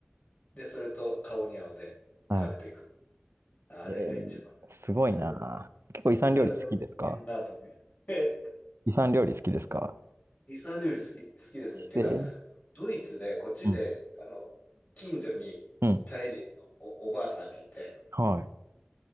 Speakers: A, on the left (about 40°); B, on the right (about 80°).
A: で、それと顔に合うで食べていく。
B: は
A: あれが一番好
B: い。えー、すごいな。
A: きだね。
B: 結構イス料理好きですか
A: いくらでもいけるなと思う。え、
B: イス料理好きですか
A: イスラム料理好き、好きですね。っていうか、
B: で、
A: ドイツで、こっちで、
B: うん。
A: あの、近所にタイ人のお、
B: うん。
A: おばあさんがいて、
B: はい。